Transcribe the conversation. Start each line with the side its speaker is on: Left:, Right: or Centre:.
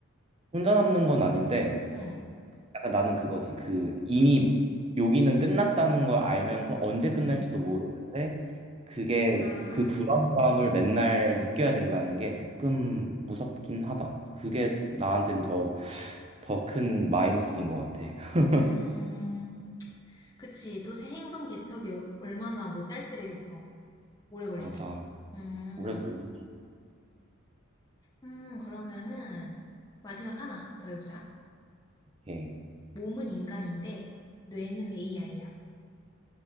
Right: 혼자 남는 건 아닌데
Left: 어,
Right: 약간 나는 그거지. 그 이미 여기는 끝났다는 걸 알면서 언제 끝날지도
Left: 음, 음.
Right: 모르는데 그게
Left: 아,
Right: 그 불안감을 맨날 느껴야 된다는 게 조금 무섭긴 하다. 그게 나한테는 더, 더 큰 마이너스인 것 같아. <laughs>
Left: 음. 그치. 또 새 행성 개척이 어- 얼마나 뭐 짧게 되겠어. 오래 걸리지.
Right: 맞아.
Left: 음,
Right: 오래 걸리지.
Left: 음, 그러면은 마지막 하나 더 해보자.
Right: 오케이.
Left: 몸은 인간인데 뇌는 AI야.